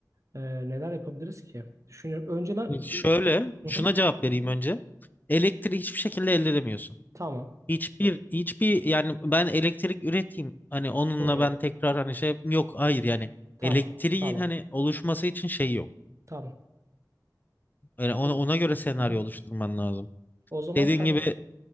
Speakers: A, on the right; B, on the left.
A: Ee, neler yapabiliriz ki? Düşünüyorum. Önce ne...
B: Şöyle,
A: i- Hı
B: şuna
A: hı.
B: cevap vereyim önce. Elektriği hiçbir şekilde elde edemiyorsun.
A: Tamam.
B: Hiçbir, hiçbir yani ben elektrik üreteyim. Hani onunla
A: Hı.
B: ben tekrar hani şey yok. Hayır yani
A: Tamam.
B: elektriğin
A: Tamam.
B: hani oluşması için şey yok.
A: Tamam.
B: Yani ona,
A: O,
B: ona göre senaryo
A: hı hı.
B: oluşturman lazım.
A: O zaman
B: Dediğin
A: tamam.
B: gibi